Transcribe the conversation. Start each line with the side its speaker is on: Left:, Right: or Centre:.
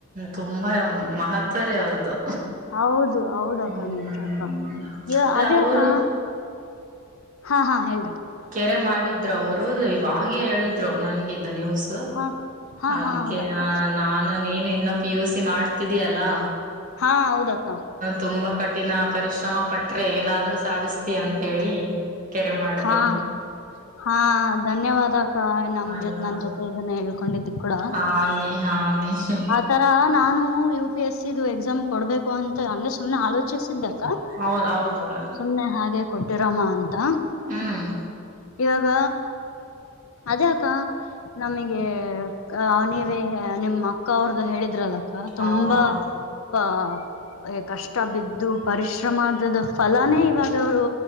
Right: ತುಂಬಾ ಮಹತ್ವರಿ ಅವರದ್ದು.
Left: ಹೌದು ಹೌದಕ್ಕ
Right: ಹ್ಮ
Left: ನಿಜ
Right: ಹ್ಮ
Left: ಅಕ್ಕ
Right: ಅ
Left: ಇ ಅದೇ
Right: ಅವರು.
Left: ಅಕ್ಕ ಹಾ ಹಾ ಹೇಳ್ರಿ.
Right: ಕೆರೆ ಮಾಡಿದ್ರು ಅವರು ಇವಾಗೆ ಹೇಳಿದ್ರು ನನಿಗೆ ನ್ಯೂಸ್
Left: ಹಾ ಹಾ
Right: ಅದಿಕ್ಕೆ
Left: ಹಾ ಹೌದಕ್ಕ
Right: ನಾನ್ ನೀನು ಇನ್ನು ಪಿ ಯು ಸಿ ಮಾಡ್ತಿದೀಯಲ್ಲಾ
Left: ಹಾ ಹೌದು ಅಕ್ಕಾ
Right: ತುಂಬಾ ಕಠಿಣ ಪರಿಶ್ರಮ ಪಟ್ರೆ ಏನಾದ್ರರು ಸಾಧಿಸ್ತೀಯ ಅಂತೇಳಿ ಕೆರೆ ಮಾಡ್ದಮ್ಮಿ
Left: ಹಾ ಹಾ ಧನ್ಯವಾದ ಅಕ್ಕಾ ನಮ್
Right: ಅಯ್ಯೋ
Left: ಜೊತೆ ನನ್ ಜೊತೆ ಇದನ್ನ ಹೇಳ್ಕೊಂಡಿದು ಕೂಡ
Right: ಹಾಮಿ ಹಾಮೀ <inaudible>
Left: ಆತರ ನಾನು ಯು ಪಿ ಎಸ್ಸಿದು ಎಕ್ಸಾಮ್ ಕೊಡ್ಬೇಕು ಅಂತ ಹಂಗೆ ಸುಮ್ನೆ ಆಲೋಚಿಸಿದ್ದಕ್ಕ
Right: ಹೌದ್ ಹೌದ್ ನೋಡು
Left: ಸುಮಮ್ಮನೆ ಹಾಗೆ ಕೊಟ್ಟಿರೋಮ್ಮ ಅಂತ
Right: ಹ್ಮ್
Left: ಇವಾಗ. ಅದೇ ಅಕ್ಕ ನಮಗೆ ಅ ನೀವೇ ನಿಮ್ಮ್ ಅಕ್ಕ ಅವ್ರ್ದು ಹೇಳಿದ್ರಲ್ಲ ಆತುಂಬಾ
Right: ಹೌ ಹೌದು
Left: ಆ ಕಷ್ಟ ಬಿದ್ದು ಪರಿಶ್ರಮದ ಫಲನೇ ಇವಾಗ ಇವ್ರು